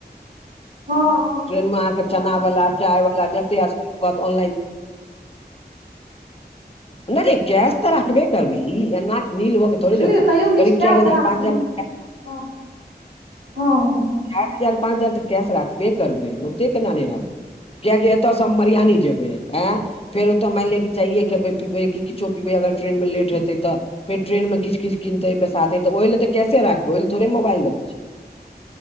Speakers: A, on the right; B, on the left.
A: हँ हँ
B: ट्रेन मे अहाँके चना
A: हँ
B: वला चाय वला जते कनलाइन नहि र कश तऽ राखबे करबिही एना नील होके थोड़े
A: बुझलियै
B: जाएब
A: तैयो
B: करीब
A: किछु कए
B: चारि हजार
A: कऽ राखलियै
B: पाँच हजार
A: हँ हँ हँ हँ
B: चार हजार पाँच हजार तऽ कैश राखबे करबै ओते केना नहि राखबै किआकि एतयसँ हम मरियानी जेबै आयं फेर ओ तऽ मैन ले चायए कि पीब किछो पीब अगर ट्रैन मे लेट हेते त फेर ट्रनमे किछ किछु किनतैाते त ओहि ल तऽ कैेाबैहि ल थोड़े मोबइल देै